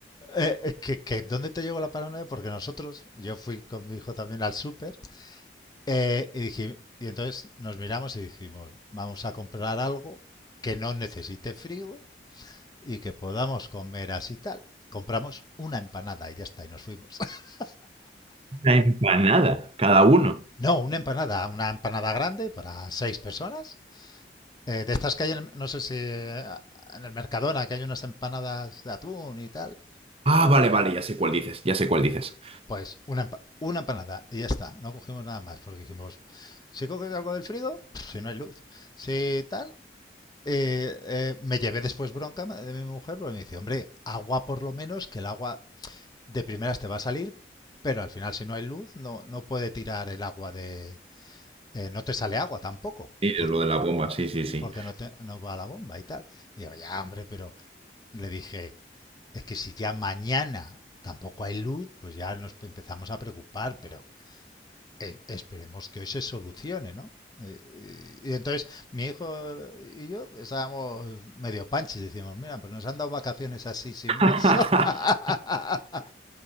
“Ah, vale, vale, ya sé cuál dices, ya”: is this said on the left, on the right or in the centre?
Right